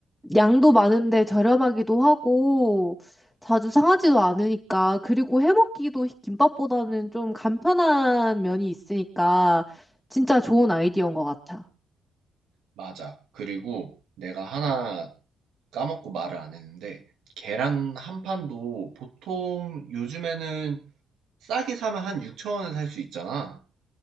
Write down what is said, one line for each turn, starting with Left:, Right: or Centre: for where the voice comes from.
Centre: 양도 많은데 저렴하기도 하고 자주 상하지도 않으니까 그리고 해먹기도 김밥보다는 좀 간편한 면이 있으니까 진짜 좋은 아이디어인 것 같아.
Right: 맞아. 그리고 내가 하나 까먹고 말을 안 했는데, 계란 한 판도 보통 요즘에는 싸게 사면 한 6천 원에 살 수 있잖아.